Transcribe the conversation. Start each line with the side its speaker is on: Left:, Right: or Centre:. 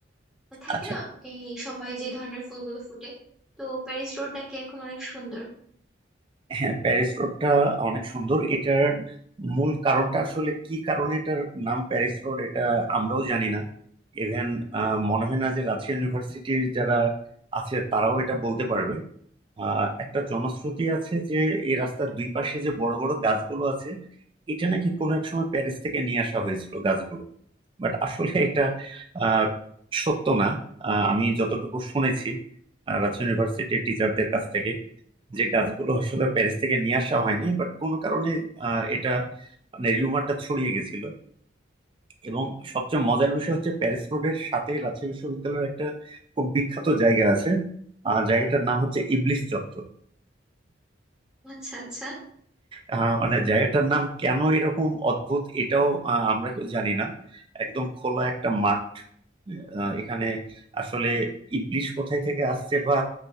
Centre: থাকে
Right: আচ্ছা
Centre: না এই সময়ে যে ধরনের ফুলগুলো ফুটে তো প্যারিস রোড নাকি এখন অনেক সুন্দর
Right: হ্যাঁ প্যারিস রোডটা অনেক সুন্দর এটার মূল কারণটা আসলে কি কারণে এটার নাম প্যারিস রোড এটা আমরাও জানি না ইভেন মনে হয় না যে রাজশাহী ইউনিভার্সিটির যারা আছে তারাও এটা বলতে পারবে আহ একটা জনশ্রুতি আছে যে এই রাস্তার দুই পাশে যে বড় বড় গাছগুলো আছে এটা নাকি কোনো এক সময় প্যারিস থেকে নিয়ে আসা হয়েছিল গাছগুলো বাট আসলে এটা আহ সত্য না আহ, আমি যতটুকু শুনেছি আহ, রাজশাহী ইউনিভার্সিটির টিচারদের কাছ থেকে যে গাছগুলো আসলে প্যারিস থেকে নিয়ে আসা হয়নি বাট কোনো কারণে আহ এটা মানে রিউমারটা ছড়িয়ে গেছিল এবং সবচেয়ে মজার বিষয় হচ্ছে প্যারিস রোডের সাথে রাজশাহী বিশ্ববিদ্যালয়ের একটা খুব বিখ্যাত জায়গা আছে আহ জায়গাটার নাম হচ্ছে ইবলিস চত্বর
Centre: আচ্ছা আচ্ছা
Right: আহ, মানে জায়গাটার নাম কেন এরকম অদ্ভুত এটাও আহ, আমরা কেউ জানি না একদম খোলা একটা মাঠ আহ, এখানে আসলে ইবলিশ কোথায় থেকে আসছে বা